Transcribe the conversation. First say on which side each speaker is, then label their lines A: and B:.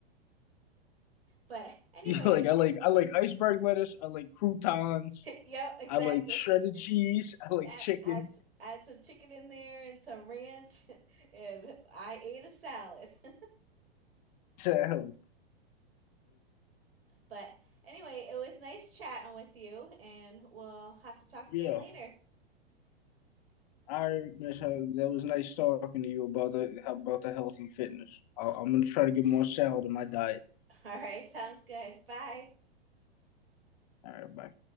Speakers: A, on the right (about 65°); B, on the left (about 40°).
A: But
B: <laughs>
A: anyway,
B: you like I like I like iceberg lettuce. I like croutons.
A: yep, exactly.
B: I like shredded
A: <laughs>
B: cheese. I like
A: Add,
B: chicken.
A: add, s- add some chicken in there and some ranch, <laughs> and I ate a salad. <laughs>
B: <laughs> and
A: But anyway, it was nice chatting with you, and we'll have to talk
B: yeah,
A: again later.
B: I miss how that was nice talking to you about the about the health and fitness. I, I'm gonna try to get more salad in my diet.
A: <laughs> All right, sounds good. Bye.
B: All right, bye.